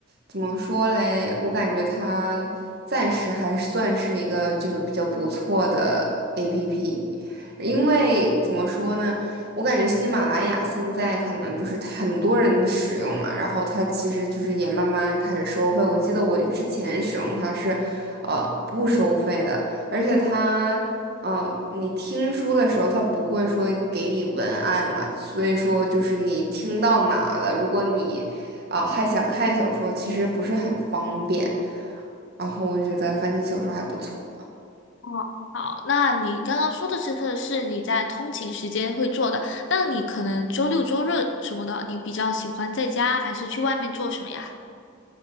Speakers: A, on the right; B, on the left.
A: 怎么说嘞，我感觉它暂时还算是一个就是比较不错的 APP，因为怎么说呢，我感觉喜马拉雅现在可能就是很多人使用嘛，然后它其实就是也慢慢开始收费，我记得我之前使用它是，呃，不收费的。而且它嗯，呃你听书的时候，他不会说给你文案嘛，所以说就是你听到哪了，如果你啊、还想看小说，其实不是很方便。然后我就觉得番茄小说还不错。
B: 哦，好，那你刚刚说的这个是你在通勤时间会做的，那你可能周六周日什么的，你比较喜欢在家还是去外面做什么呀？